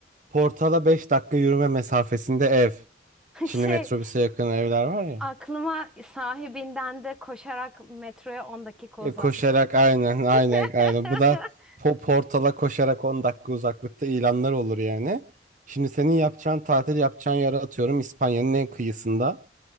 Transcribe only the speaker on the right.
Portala 5 dakika yürüme mesafesinde ev.
Şimdi
metrobüse yakın evler var ya.
E,
Koşarak aynen aynen
aynen. Bu da po portala koşarak 10 dakika uzaklıkta ilanlar olur yani. Şimdi senin yapacağın tatil yapacağın yere atıyorum İspanya'nın en kıyısında.